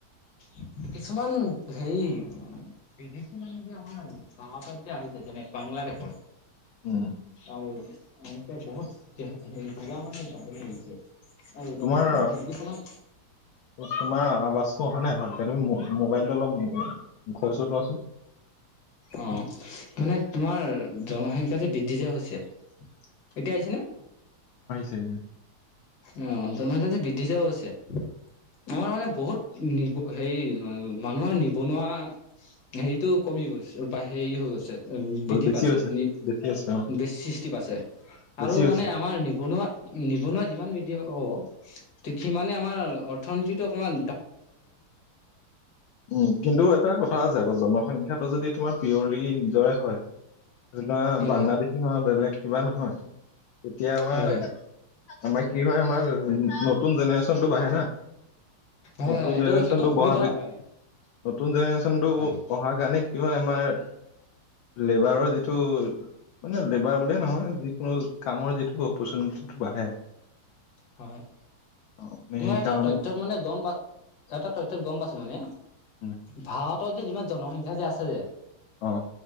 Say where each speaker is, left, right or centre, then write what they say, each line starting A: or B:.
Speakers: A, on the left; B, on the left.
A: কিছুমান হেৰি বিদেশী মানুহ যে আমাৰ ভাৰতত যে আহিছে যেনে বাংলাৰে হয়
B: উম
A: আৰু এক বহুত জিলা মানে বাঢ়ি আহিছে। আৰু জনসংখ্যা
B: তোমাৰ
A: বৃদ্ধিৰ ফলত
B: তোমাৰ আৱাজটো অহা নাই ভালকে, তুমি মো মোবাইলটো অলপ ঘৰ ওচৰত লোৱাচোন।
A: অ মানে তোমাৰ জনসংখ্যা যে বৃদ্ধি যে হৈছে এতিয়া আহিছেনে?
B: উমহু।
A: অ অন্তম যে বিৃদ্ধি যাও আছে। <unintelligible> আমাৰ মানে বহুত নিব হেৰি মানুহৰ নিবনুৱা হেৰিতটো কমি গৈছে বা হেৰি হৈ গৈছে উ বৃদ্ধি
B: বেছি
A: পাইছে
B: হৈছে
A: নি
B: বেছি হৈছে অ
A: বেছ সৃষ্টি পাইছে
B: বেছি
A: আৰু
B: হৈছে।
A: মানে আমাৰ নিবনুৱা নিবনুৱা যিমান বৃদ্ধি প পব তে সিমানে আমাৰ অৰ্থনীতিতটো অকণমান
B: উম কিন্তু এটা কথা আছে আকৌ জনসংখ্যা টো যদি তোমাৰ। পিয়লি নিজৰে হয় ধৰি লোৱা
A: হয়
B: বাংলাদেশী
A: হয়
B: নহয় বেলেগ কিবা নহয় এতিয়াআমাৰ
A: হয় হয়
B: আমাৰ কি হয় আমাৰ নতুন জেনেৰেচনটো বাঢ়ে না
A: হয়
B: নতুন
A: হয় এইটো
B: জেনেৰেশ্যনটো
A: সেইটো সুবিধা
B: বহাব,
A: হয় মানে
B: নতুন জেনেৰেশ্যনটো
A: হয়
B: অহা কাৰনে কিয় হয় আমাৰ, লেবাৰৰ যিটো মানে লেবাৰ বুলিয়ে নহয় যিকোনো কামৰ যিটো অপৰচুনিটিটো বাঢ়ে।
A: হয় হয়
B: অ', মানে
A: মই
B: সেইকাৰণে
A: এটা তথ্যত মানে গম পা এটা তথ্যত গম পাইছো মানে,
B: উম,
A: ভাৰতত যে যিমান জনসংখ্যা যে আছে যে
B: অ',